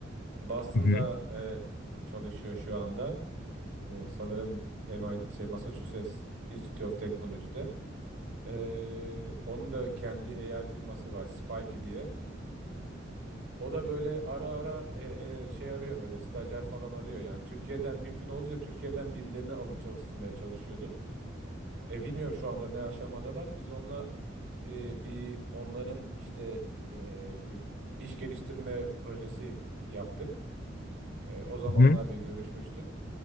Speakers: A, on the right; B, on the left.
A: Boston'da
B: Hı hı.
A: e, çalışıyor şu anda. E, sanırım MIT, şey, Massachusetts Institute of Technology'de. E, onun da kendi AI firması var, Spikey diye. O da böyle ara ara e, e, şey arıyor böyle stajyer falan arıyor. Yani Türkiye'den mümkün olunca Türkiye'den birilerini alıp çalıştırmaya çalışıyordu. E bilmiyorum şu anda ne aşamadalar. Biz onunla e, bir onların işte e, bir iş geliştirme projesi yaptık. E, o zamanlar
B: Hı hı.
A: bir görüşmüştük.